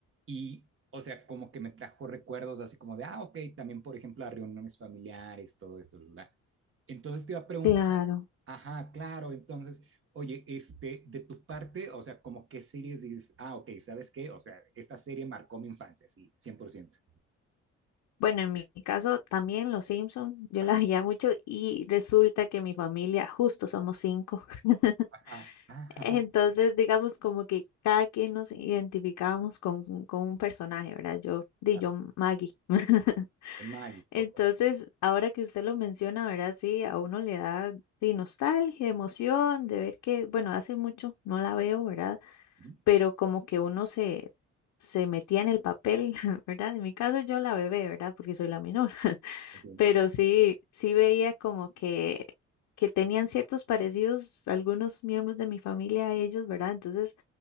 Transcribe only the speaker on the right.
Y, o sea, como que me trajo recuerdos así como de, ah, ok, también, por ejemplo, a reuniones familiares, todo esto, bla, bla. Entonces te iba a preguntar,
ajá, claro, entonces, oye, este, de tu parte, o sea, como qué series dices, ah, ok, ¿sabes qué? O sea, esta serie marcó mi infancia, sí, 100%.
Ajá,
ajá, ajá,
ajá, ok,
claro,
con Maggie,
ok,
Ujú,
entiendo.
Ah,